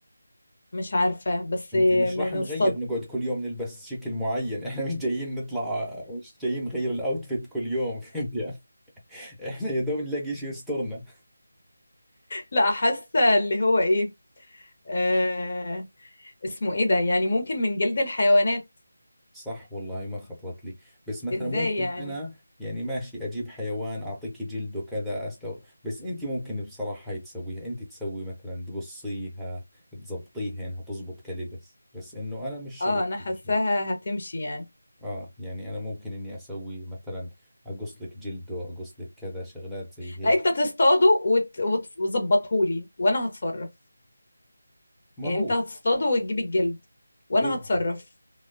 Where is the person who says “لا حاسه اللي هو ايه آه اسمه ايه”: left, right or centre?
Left